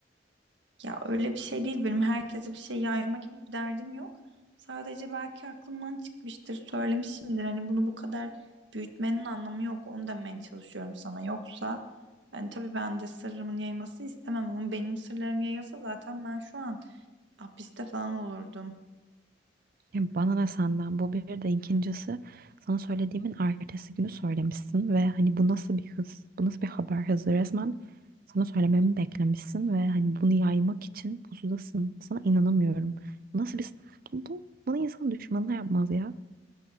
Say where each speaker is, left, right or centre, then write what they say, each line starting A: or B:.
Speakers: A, on the right; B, on the right.
A: Ya öyle bir şey değil benim herkese bir şey yayma gibi bir derdim yok. Sadece belki aklımdan çıkmıştır, söylemişimdir. Hani bunu bu kadar büyütmenin anlamı yok. Onu demeye çalışıyorum sana. Yoksa yani tabii ben de sırrımın yayılmasını istemem ama benim sırlarım yayılsa zaten ben şu an hapiste falan olurdum.
B: Ya bana ne senden bu bir de ikincisi sana söylediğimin ertesi günü söylemişsin ve hani bu nasıl bir hız? Bu nasıl bir haber hızı? Resmen sana söylememi beklemişsin ve hani bunu yaymak için pusudasın. Sana inanamıyorum. Bu nasıl bir bu, bu- bunu insan düşmanına yapmaz ya.